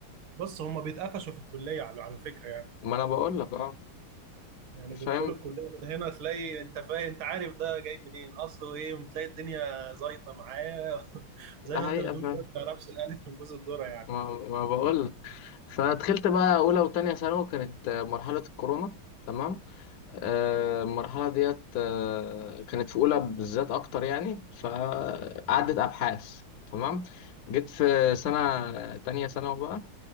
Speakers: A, on the right (about 70°); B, on the left (about 65°).
A: بس هم بيتقفشوا في الكليه على على فكره يعني
B: ما انا بقول لك اه
A: يعني
B: فاهم
A: بيدخلوا الكليه من هنا تلاقي انت فاهم انت عارف ده جاي منين اصله ايه تلاقي الدنيا زيطه معاه <laughs> زي
B: ده
A: ما
B: حقيقه
A: انت بتقول كده، ما تعرفش الالف من جوز الذره يعني
B: ما, ما بقول لك فدخلت بقى اولى وتانية ثانوي كانت آه، مرحله الكورونا تمام آه، المرحله ديت آه، كانت في اولى بالذات اكتر يعني فقعدت ابحاث تمام جيت في سنه تانية ثانوي بقى